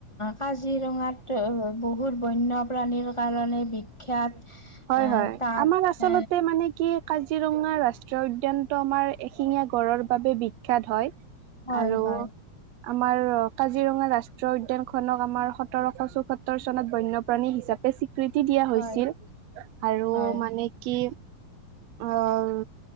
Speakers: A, on the left (about 30°); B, on the right (about 75°).
A: কাজিৰঙাত বহুত বন্যপ্ৰাণীৰ কাৰণে বিখ্যাত।
B: হয়,
A: আহ
B: হয়।
A: তাত
B: আমাৰ আচলতে
A: এ
B: মানে কি, কাজিৰঙা ৰাষ্ট্ৰীয় উদ্যানটো আমাৰ এশিঙীয়া গড়ৰ বাবে বিখ্যাত হয়।
A: হয়
B: আৰু
A: হয়
B: আমাৰ কাজিৰঙা ৰাষ্ট্ৰীয় উদ্যানখনক, আমাৰ সতৰশ চৌসত্তৰ চনত, বন্যপ্ৰাণী হিচাপে স্বী কৃতি দিয়া হৈছিল।
A: হয়
B: আৰু
A: হয়
B: মানে কি অ'